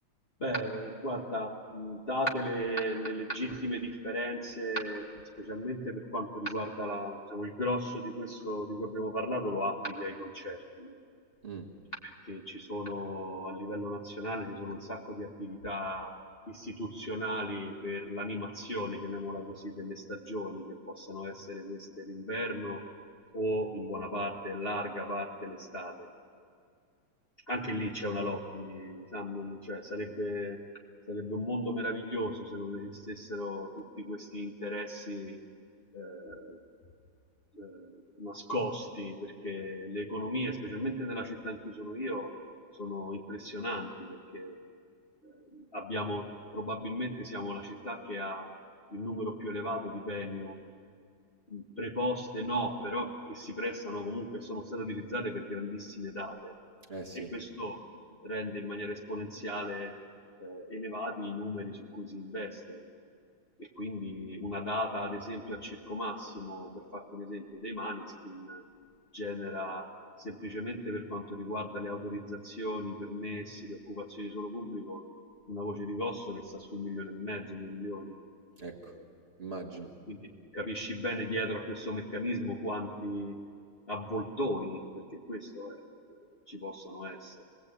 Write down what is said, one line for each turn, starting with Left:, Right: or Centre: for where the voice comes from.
Left: Beh, guarda, mh, date le, le legittime differenze, specialmente per quanto riguarda la- diciamo, il grosso di questo di cui abbiamo parlato, lo applichi ai concerti, no?
Right: Mm.
Left: Perché ci sono a livello nazionale ci sono un sacco di attività istituzionali per l'animazione, chiamiamola così, delle stagioni, che possano essere queste l'inverno o in buona parte, larga parte l'estate. Anche lì c'è una lobby, Sam, non- cioè, sarebbe, sarebbe un mondo meraviglioso se non esistessero tutti questi interessi eh, eh, nascosti, perché le economie, specialmente nella città in cui sono io, sono impressionanti perché eh, abbiamo probabilmente siamo la città che ha il numero più elevato di venue mh, preposte, no, però che si prestano comunque e sono state utilizzate per grandissime date
Right: Eh sì.
Left: e questo rende in maniera esponenziale eh, elevati i numeri su cui si investe e quindi una data ad esempio al Circo Massimo, per farti un esempio, dei Maneskin genera semplicemente per quanto riguarda le autorizzazioni, i permessi, le occupazioni di suolo pubblico, una voce di costo che sta su un milione e mezzo, due milioni. Eh,
Right: Ecco, immagino.
Left: Quindi capisci bene dietro a questo meccanismo quanti avvoltoi, perché questo è, eh, ci possano essere,